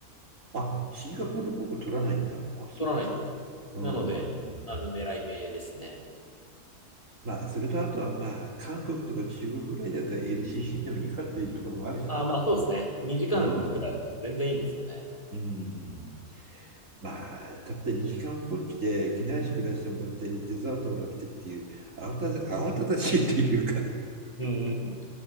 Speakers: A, on the right; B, on the left.
A: あ、シンガポール航空取らないんだ。あ、そっか。
B: 取らないんですよ。
A: うんうんうん。
B: なので、あの、狙い目ですね。
A: まあ、それとあとは、まあ、韓国とか中国ぐらいだったら LCC でもいいかっていうところもあるしね。
B: あー、まあそうですね。2時間くらいだったら全然いいですよね。
A: うん。うん。まあ、たった2時間ぽっきで機内食出してもらって、デザートもらってっていう、慌ただ、慌ただしいというか、<laughs>
B: うんうんうん。